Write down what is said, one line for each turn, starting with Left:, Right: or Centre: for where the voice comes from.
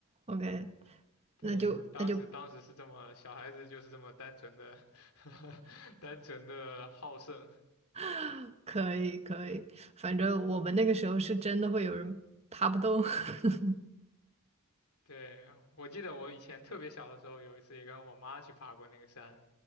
Right: ，OK，
Left: <laughs> 对，
Right: 那就那就
Left: 当时当时是这么，小孩子就是这么单纯的，<laughs> 单纯的好胜。
Right: <laughs> 可以可以，反正我们那个时候是真的会有人爬不动，<laughs>
Left: 对，我记得我以前特别小的时候，有一次也跟我妈去爬过那个山，